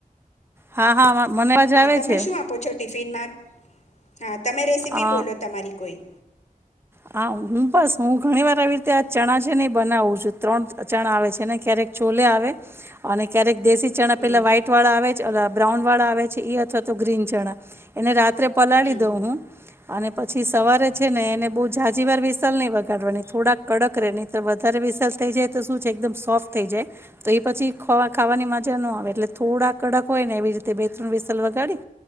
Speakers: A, on the right; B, on the left.
A: હા હા. મને અવાજ
B: તો
A: આવે
B: તમે
A: છે.
B: શું આપો છો ટિફિનમાં? હા તમે રેસીપી
A: અ
B: બોલો તમારી કોઈ.
A: હા હ બસ હું ઘણી વાર આવી રીતે આ ચણા છે ને એ બનાવું છું ત્રણ ચણા આવે છે ને ક્યારેક ચોલે આવે, અને ક્યારેક દેશી ચણા
B: હમ
A: પેલા વ્હાઈટ વાળા આવે બ્રાઉન વાળા આવે છે એ અથવા તો ગ્રીન ચણા, એ રા ત્રે પલાળી
B: હમ
A: દઉં હું. અને પછી સવારે છે ને એને બહુ જ ઝજી વાર વિસલ નહીં વગાડવાની થોડાક કડક રહે નહીં તો વધારે વિસલ થઈ જાય તો શું છે એકદમ સોફ્ટ થઈ જાય, તો એ પછી ખાવાની મજા ન આવે એટલે થોડાક કડક હોય ને એવી રીતે બે ત્રણ વિસલ વગાડી,